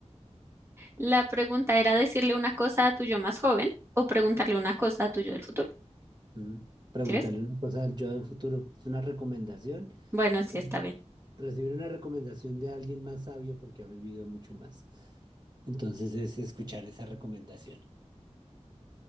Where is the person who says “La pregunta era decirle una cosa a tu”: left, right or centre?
Right